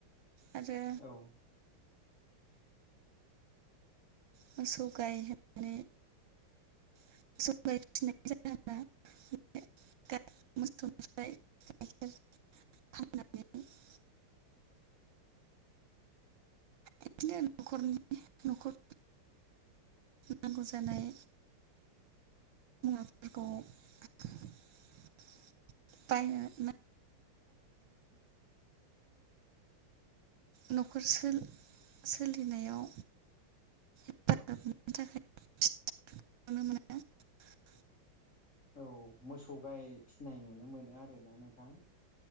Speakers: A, on the right; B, on the left.
A: आरो
B: औ
A: मोसौ गाय होननानै <unintelligible> <unintelligible> इदिनो न'खरनि न'खर नांगौ जानाय <unintelligible> <unintelligible> न'खर सो- सोलिनायाव <unintelligible>
B: औ मोसौ गाय फिनाय नुनो मोनो आरोना नोंथां